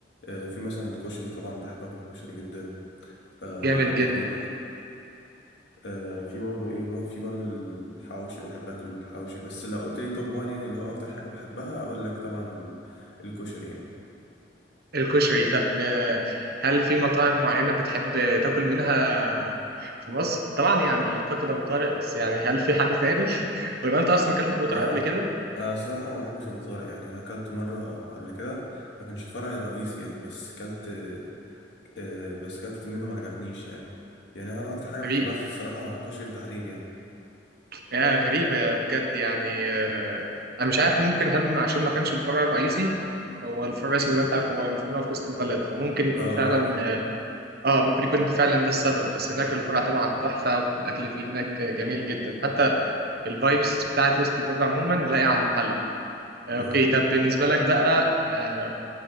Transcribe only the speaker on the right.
جامد
جدا
الكشري طب آه، هل في مطاعم معينة بتحب تاكل منها في مصر؟ طبعا يعني أعتقد أبو طارق بس يعني هل في حد تاني؟ <laughs> ولا أنت أصلا أكلت في أبو
طارق قبل كده؟
غريب
يعني غريبة بجد يعني آه، أنا مش عارف ممكن هل عشان ما كانش الفرع الرئيسي هو الفرع الرئيسي زي ما أنت عارف هو المفروض إن هو في وسط البلد فممكن يكون
فعلا
آه ممكن يكون ده فعلا ده السبب بس هناك الفرع طبعا تحفة والأكل فيه هناك جميل جدا حتى الفايبس بتاعت وسط البلد عموما لاقية على المحل آه،
اوكي طب بالنسبة لك بقى آه،